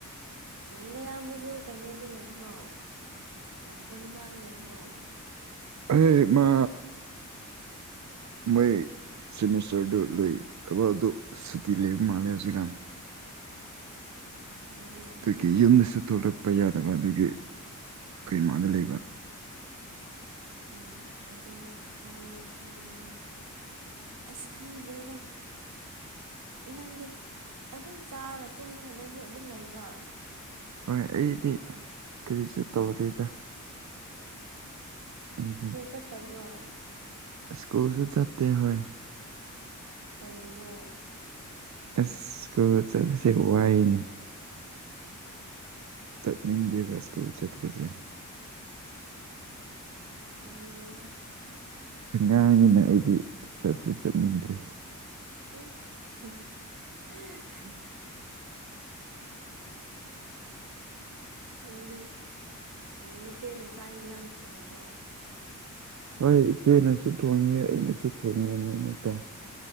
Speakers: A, on the right (about 80°); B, on the right (about 60°).
A: ꯅꯌꯥꯝꯕꯁꯨ ꯀꯩꯅꯣꯗ ꯂꯩꯕ꯭ꯔꯣ ꯀꯣꯍꯤꯃꯥꯗ ꯂꯩꯕ꯭ꯔꯣ
B: ꯑꯩꯣꯏ ꯃꯥ ꯃꯣꯏ ꯁꯤꯃꯤꯁꯇꯔꯗꯨ ꯂꯩꯣꯏ ꯀ꯭ꯔꯕꯗꯨ ꯁꯨꯇꯤꯂꯦ ꯃꯥꯂꯦ ꯍꯧꯖꯤꯒꯥꯟ
A: ꯑꯣ ꯐꯩꯅꯦ ꯑꯗꯨꯗꯤ
B: ꯑꯗꯨꯒꯤ ꯌꯨꯝꯗꯁꯨ ꯊꯣꯛꯂꯛꯄ ꯌꯥꯗꯕ ꯑꯗꯨꯒꯤ ꯀꯔꯤꯃꯥꯗ
A: ꯎꯝ
B: ꯂꯩꯕ
A: ꯍꯣꯏ ꯑꯗꯨ ꯍꯥꯏꯌꯦꯦ ꯈꯪꯉꯦ ꯍꯣꯏ ꯑꯁꯈꯥꯟꯗ꯭ꯔꯦꯗ ꯅꯪꯗꯤ ꯑꯗꯨꯝ ꯆꯥꯔꯒ ꯇꯨꯝꯃꯒ ꯅꯪꯁꯨ ꯑꯗꯨꯝ ꯂꯩꯕ꯭ꯔꯥ
B: ꯍꯣꯏ ꯑꯩꯗꯤ ꯀꯔꯤꯁꯨ ꯇꯧꯗꯦꯗ ꯑꯩꯗꯤ
A: ꯁ꯭ꯀꯨꯜ ꯆꯠꯇꯕ꯭ꯔꯣ
B: ꯁ꯭ꯀꯨꯜꯁꯨ ꯆꯠꯇꯦ ꯍꯣꯏ
A: ꯀꯩꯒꯤꯅꯣ
B: ꯏꯁ ꯀꯣ ꯆꯠꯄꯁꯦ ꯋꯥꯏꯅꯦ ꯆꯠꯅꯤꯡꯗꯦ ꯋꯥꯁꯀꯨ ꯆꯠꯂꯁꯦ
A: ꯎꯝ
B: ꯑꯉꯥꯡꯅꯤꯅ ꯑꯩꯗꯤ ꯆꯠꯁꯨ ꯆꯠꯅꯤꯡꯗ꯭ꯔꯤ
A: ꯎ ꯅꯗꯤ ꯅꯆꯦꯅ ꯆꯥꯛ ꯌꯦꯟꯁꯥꯡ ꯊꯣꯡꯕ꯭ꯔꯣ
B: ꯍꯣꯏ ꯏꯆꯦꯅꯁꯨ ꯊꯣꯡꯉꯦ ꯑꯩꯅꯁꯨ ꯊꯣꯡꯉꯦ ꯃꯔꯛ ꯃꯔꯛꯇ